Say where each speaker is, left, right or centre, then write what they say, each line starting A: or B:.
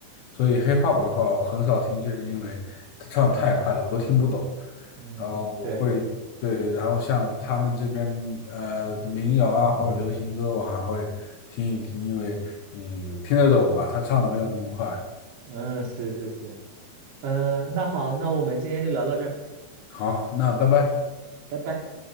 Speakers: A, on the left; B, on the right.
A: 所以 hip hop 的话，我很少听，就是因为他唱太快了，
B: 嗯
A: 我都听不懂。
B: 嗯，
A: 然后我会对，
B: 对，
A: 然后像他们这边呃的民谣啊或者流行歌，我还会听一听，因为你听得懂嘛，他唱的没有那么快。
B: 嗯，是是是，嗯，那好，那我们今天就聊到这儿，
A: 好，那拜拜。
B: 拜拜。